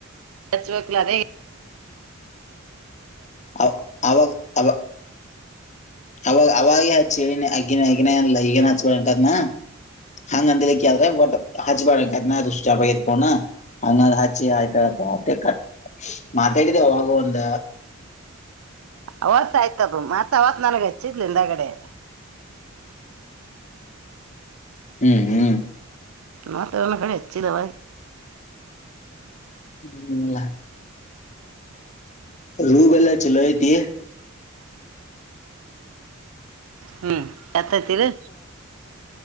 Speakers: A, on the right (about 80°); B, on the left (about 35°).
A: ಸಚ್ವಕ್ಲ ರ
B: ಅವ ಅವ ಅವ ಅವಾಗ ಅವಾಗ ಹಚ್ಚ ಅಗ್ಗಿನ ಹಗನ ಎಲ್ಲ ಈಗನ್ ಹಚ್ಬಂತದ್ನ ಹಂಗಂದಲಿ ಕಿದ್ರೆ ಬಟ್ ಹಜಬಾ ಅದನಷ್ಟ ಜಪ ಇರ್ಪೋನ ಅನ್ನ ಹಚ ಆಯ್ತ ಕ ಮಾತಾಡಿದೆ ಅವಾಗ ಒಂದ
A: ಅವತ್ ಆಯ್ತದು ಮತ್ ಅವತ್ ನನಗ್ ಹಚ್ಚಿದ್ಲಿಂದಗಡೆ
B: ಹ್ಮ್ ಹ್ಮ್
A: ನತ ಒ ಕಡೆ ಹೆಚ್ಚಿಲ್ಲಾವ
B: ಹ್ಮಲ್ಲ ರೂಗಲ್ಲಾ ಚಲೋ ಐತಿ
A: ಹ್ಮ್ ಎತ್ತೈತಿರಿ